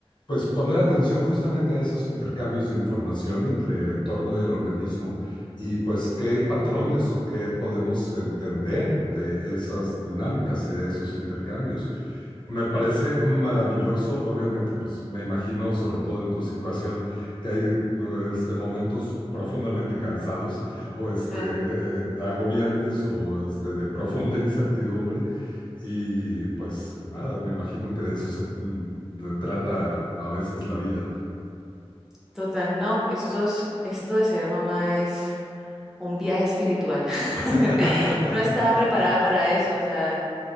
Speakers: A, on the left (about 45°); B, in the centre.
A: pues poner atención justamente a esos intercambios de información entre el entorno y el organismo y pues qué patrones o qué podemos entender de esas dinámicas y de esos intercambios. Me parece maravilloso, obviamente, pues me imagino, sobre todo en tu situación, que hay este, momentos profundamente cansados o este,
B: mm,
A: eh, eh, agobiantes o este, de profunda incertidumbre y pues nada, me imagino que de eso se mm, de- trata a veces la vida.
B: Total, no, esto es- esto de ser mamá es un viaje espiritual. <laughs>
A: <laughs>
B: No estaba preparada para eso, o sea,